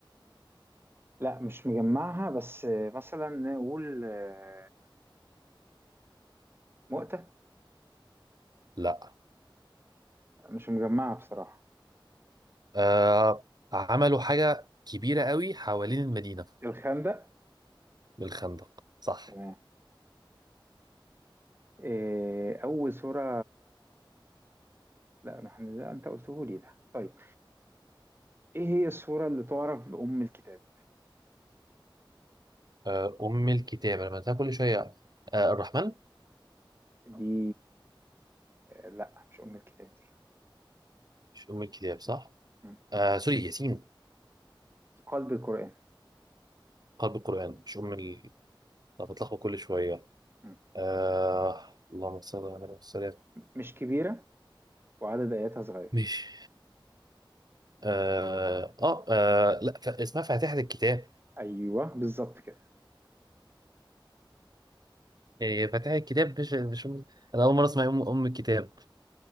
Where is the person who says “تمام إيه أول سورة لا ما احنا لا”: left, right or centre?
Right